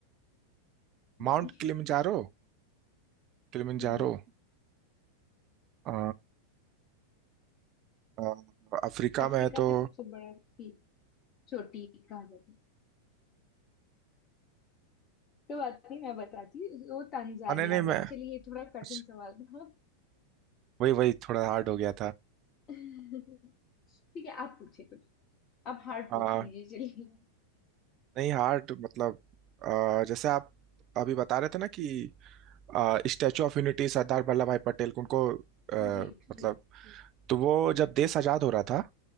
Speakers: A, on the left (about 30°); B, on the right (about 35°).
A: नहीं
B: Mount Kilimanjaro Kilimanjaro
A: <laughs> जी
B: Uh, uh, Africa
A: अफ्रीका
B: में है तो
A: के सबसे बड़ा की चोटी कहा जाता है तो बात नहीं मैं बताती वो तंजानिया
B: अ, नहीं नहीं
A: में
B: मैं
A: है। चलिए ये थोड़ा
B: अच्छा,
A: कठिन सवाल था
B: वही वही थोड़ा हार्ड हो गया
A: <laughs> ठीक है आप पूछे कुछ आप हार्ड
B: था
A: पूछ लीजिए चलिए
B: नहीं हार्ड मतलब अ, जैसे आप अभी बता रहे थे ना कि अ, statue of Unity Sardar Vallabhbhai Patel को उनको अ,
A: जी
B: मतलब
A: जी
B: तो वो जब देश आजाद हो रहा था